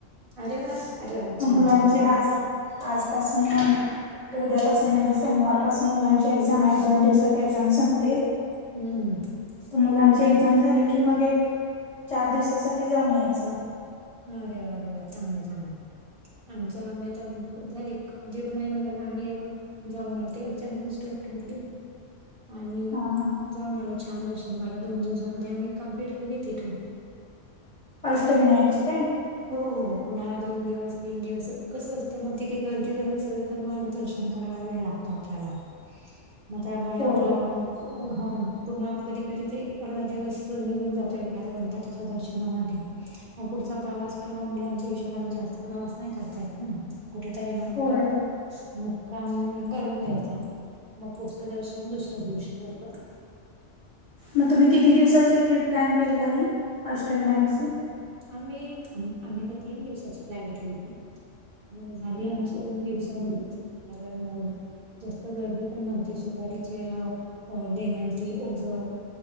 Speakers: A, on the right (about 55°); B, on the left (about 40°).
A: अरे वा अरे वा छान
B: मुलांची
A: छान छान.
B: आज आजपासून उद्यापासून म्हणजे सोमवारपासून मुलांची एक्झाम आहे दोन दिवसात एक्झाम संपते
A: हम्म
B: तर मुलांचे
A: हो.
B: एक्झाम झाले. की मग एक चार दिवसासाठी जाऊन यायचं.
A: अरे वा अरे वा चांग आहे चांगलं आमच आम्ही आता झाले. दीड महिना झाला आम्ही जाऊन नते अचानक अस ठरली. आणि
B: हा हा
A: जाऊन आलो छान दर्शन झालं दोन दिवसामध्ये आम्ही कंप्लीट केली तिथून
B: अष्टविनायकची काय!
A: हो हो कणाला दोन दिवस तीन दिवस कसं असतं मग तिथे गर्दी जर असल तर मग दर्शन करायला वेळ लागतो. आपल्याला मग त्यामुळे
B: होय
A: आपलं मग अ हो पूर्ण कधी कधी एक अर्धा दिवस निघून जातो एखाद्या गणपतीच्या दर्शनासाठी मग पुढचा प्रवास पण मुलांच्या हिशोबाने जास्त प्रवास नाही करताय. कुठेतरी मग
B: होय
A: मुक्काम हम् करून घ्यायचा मग पुढचं दर्शन दुसऱ्या दिवशी असं.
B: मग तुम्ही किती दिवसाची ट्रिप प्लॅन केलेला आहे अष्टवी
A: असं
B: नाईट ची
A: आम्ही आम्ही तर तीन दिवसाची प्लॅन केलेली झाली आमची दोन दिवसामध्येच कारण जास्त गर्दी पण नव्हती सुरवातीचे अ लेहजरी ओझर